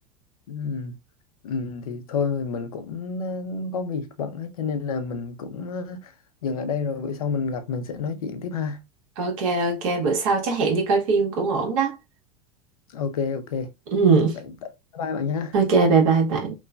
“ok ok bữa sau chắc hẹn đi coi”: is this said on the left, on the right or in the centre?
Right